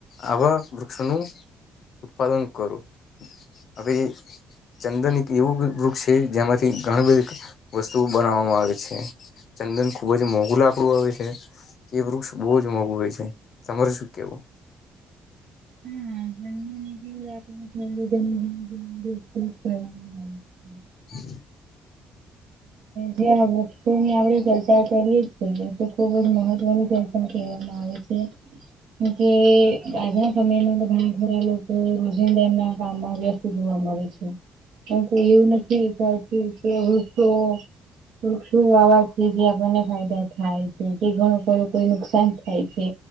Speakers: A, on the left (about 55°); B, on the right (about 65°).
A: આવા વૃક્ષનું ઉત્પાદન કરું હવે ચંદન <inaudible> એક એવું વૃક્ષ છે જેમાંથી ઘણું બધું વસ્તુઓ <inaudible> બનાવવામાં આવે છે. ચંદન ખુબ જ મોંઘુ લકડું આવે છે. કે વૃક્ષ બહુ જ મોંઘું હોય છે. તમારે શું કેવું?
B: હમ. <unintelligible> <inaudible>
A: હમ.
B: હ જે વૃક્ષો ની આપડે ચર્ચા કરીએ. ખુબ જ મહત્વનું દર્શન કહેવામાં આવે છે. મકે આજના સમયમાં તો ઘણા ખોરા લોકો દણ ના કામમાં વ્યસ્ત જોવા મળે છે. કાર કે એવું નથી કરતી કે વૃક્ષો વૃક્ષુ અવાજ છે જે આપણને ફાયદા થાય છે કે ઘણું થોડું કોઈ નુકસાન થાય છે.